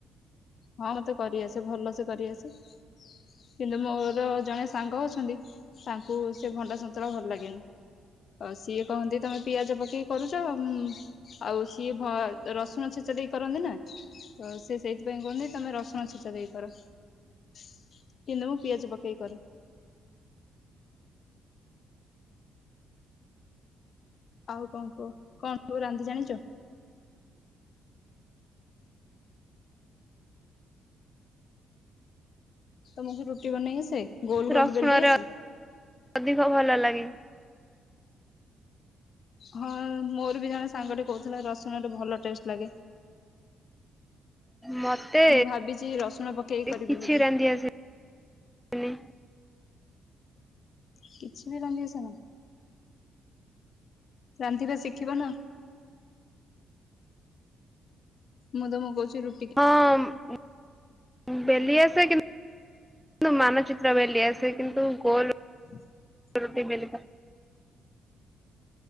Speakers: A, on the left; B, in the centre.
A: ହଁ ମତେ କରିଆସେ ଭଲ ସେ କରିଆସେ। କିନ୍ତୁ ମୋର ଜଣେ ସାଙ୍ଗ ଅଛନ୍ତି ତାଙ୍କୁ ସେ ଭଣ୍ଡା ସନ୍ତୁଳା ଭଲ ଲାଗେନି। ଆ ସିଏ କହନ୍ତି ତମେ ପିଆଜ ପକେଇ କରୁଛ ଉଁମ ଆଉ ସିଏ ହଁ ରସୁଣ ଛେଚା ଦେଇ କରନ୍ତି ନା ତ ସେ ସେଇଥିପାଇଁ କୁହନ୍ତି ତମେ ରସୁଣ ଛେଚା ଦେଇ କର କିନ୍ତୁ ମୁଁ ପିଆଜ ପକେଇ କରେ। ଆଉ କଣ କୁହ କଣ ସବୁ ରାନ୍ଧି ଜାଣିଛ? ତମକୁ ରୁଟି ବନେଇ ଆସେ? ଗୋଲ ଗୋଲ
B: ରସୁଣରେ
A: ବେଲି ଆସେ
B: ଅଧିକ ଭଲ ଲାଗେ।
A: ହଁ ମୋର ବି ଜଣେ ସାଙ୍ଗଟେ କହୁଥିଲା ରସୁଣରେ ଭଲ ଟେଷ୍ଟ ଲାଗେ।
B: ମତେ
A: ମୁଁ ଭାବିଚି ରସୁଣ ପକେଇକି କରିବି
B: କିଛି
A: ବୋଲି।
B: ରାନ୍ଧି ଆସେନି <unintelligible>
A: କିଛି ବି ରାନ୍ଧିଆସେନା ରାନ୍ଧିବା ଶିଖିବନା ଆଉ। ମୁଁ ତୁମକୁ କହୁଛି ରୁ
B: ହଁ ଅଁ ବେଲି ଆସେ କିନ୍ତୁ ମାନଚିତ୍ର ବେଲି ଆସେ କିନ୍ତୁ ଗୋଲ
A: <unintelligible>
B: ରୁଟି ବେଲିବା